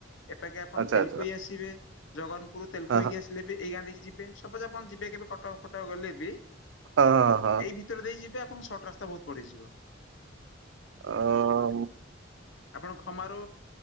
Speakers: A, on the left (about 80°); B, on the right (about 75°).
A: ଏପାଖେ ଆପଣ
B: ଆଚ୍ଛା
A: ତେଲକୋଇ
B: ଆଚ୍ଛା
A: ଆସିବେ ଜଗନପୁର ତେଲକୋଇକି
B: ହଁ
A: ଆସିଲେ ବି ଏଇ ଗାଁ ଦେଇକି ଯିବେ ସପୋଜ ଆପଣ ଯିବେ କେବେ କଟକ ଫଟକ ଗଲେ ବି
B: ହଁ ହଁ ହଁ ହଁ
A: ଏଇ ଭିତରେ ଦେଇ ଯିବେ ଆପଣ ସର୍ଟ ରାସ୍ତା ବୋହୁତ ପଡିଯିବ।
B: ଆମ
A: ଆପଣ ଖମାରୋ